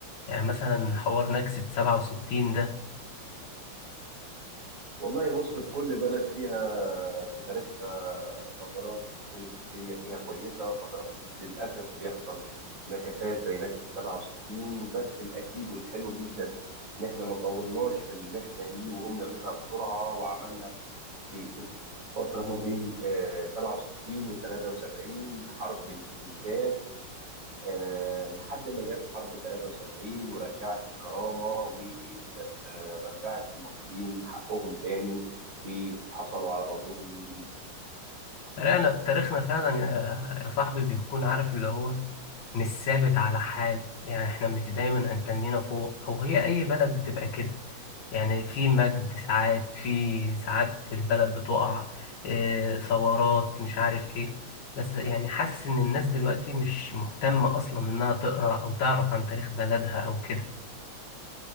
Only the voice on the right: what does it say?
والله بص في كل بلد فيها في تاريخها فترات بتكون الدنيا فيها كويسة وفترات للأسف بيحصل نكسات زي نكسة 67 بس الأكيد والحلو جدا إن إحنا ما طولناش في المحنة دي وقمنا منها بسرعة وعملنا في الفترة ما بين آه، 67 و 73 حرب الاستنزاف آه، لحد ما جت حرب 73 ورجعت الكرامة ورجعت المصريين حقهم تاني وحصلوا على أرضهم من جديد